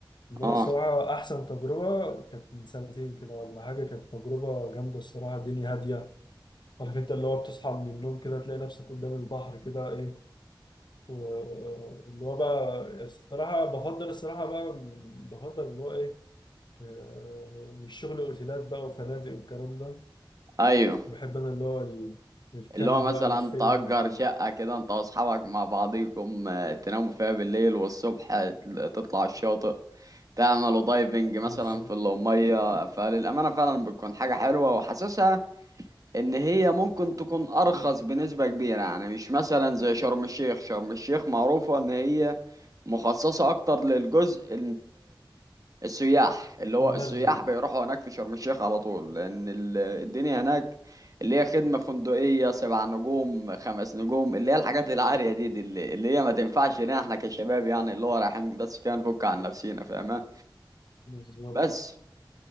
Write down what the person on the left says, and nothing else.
انما
الصراحة احسن تجربة كانت من سنتين كده ولا حاجة كانت تجربة جامدة الصراحة الدنيا هادية عارف انت اللي هو بتصحى من النوم كده تلاقي نفسك قدام البحر كده ايه واللي هو بقى الصراحة بفضل الصراحة بقى بفضل اللي هو ايه آه، مش شغل اوتيلات بقى وفنادق والكلام ده
بحب انا اللي هو ال- الكامب
بقى والخيم
وال-
بالظبط
المادي
بالظبط